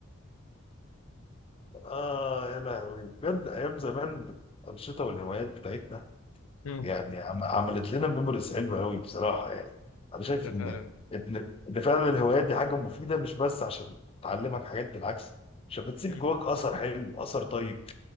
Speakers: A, on the left; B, on the left.
A: اه يا لهوي بجد ايام زمان الانشطه والهوايات بتاعتنا
B: مم.
A: يعني عم- عملت لنا ميموريز حلوه قوي بصراحه يعني انا شايف
B: ده
A: ان
B: فعلا
A: ان إن فعلا الهوايات دي حاجه مفيده مش بس عشان تعلمك حاجات بالعكس عشان بتسيب
B: مم.
A: جواك اثر حلو اثر طيب